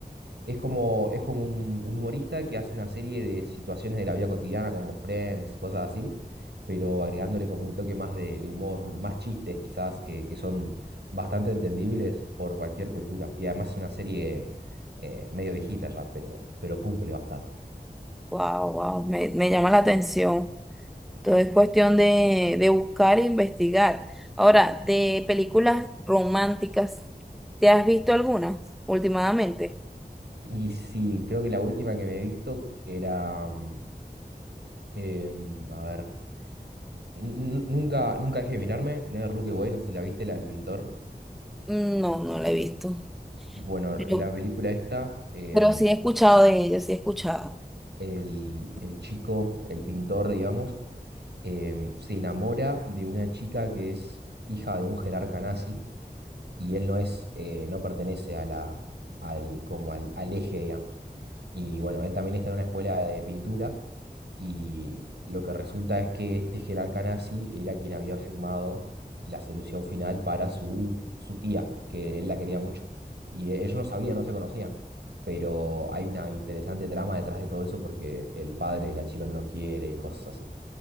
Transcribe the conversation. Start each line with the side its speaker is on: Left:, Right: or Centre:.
Right: Es como, es como un, un humorista que hace una serie de situaciones de la vida cotidiana, como Friends y cosas así, pero agregándole como un toque más de, de humor, más chistes quizás que, que son bastante entendibles por cualquier cultura. Y además es una serie eh, medio viejita ya, pero, pero cumple bastante.
Centre: Wow, wow, me, me llama la atención. Todo es cuestión de, de buscar e investigar. Ahora, de películas románticas, ¿te has visto algunas últimamente?
Right: Y sí, creo que la última que me he visto era, mm, em, a ver, n- nunca, nunca dejé de mirarme, Never Look Away, no sé si la viste, la del pintor.
Centre: No, no la he visto.
Right: Bueno,
Centre: Pero,
Right: la película esta... em,
Centre: pero sí he escuchado de ellas, sí he escuchado.
Right: el, el chico, el pintor, digamos, em, se enamora de una chica que es hija de un jerarca nazi y él no es, eh, no pertenece a la, al, como al, al eje, digamos. Y bueno, él también está en una escuela de pintura y lo que resulta es que este jerarca nazi era quien había firmado la solución final para su, su tía, que él la quería mucho. Y e- ellos no sabían, no se conocían. Pero hay una interesante trama detrás de todo eso porque el padre de la chica no lo quiere y cosas así.